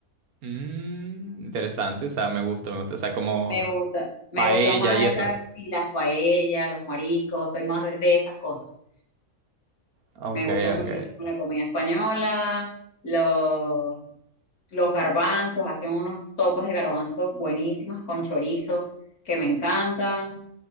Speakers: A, on the right (about 80°); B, on the left (about 85°).
A: mm, interesante, o sea, me gusta, me gusta. O sea, como
B: Me gusta, me
A: paella
B: gusta más
A: y
B: esas,
A: eso.
B: sí, las paellas, los mariscos, soy más de de esas cosas.
A: Ok,
B: Me gusta muchísimo
A: ok.
B: la comida española, los, los garbanzos, hacen unas sopas de garbanzos buenísimas con chorizo que me encantan,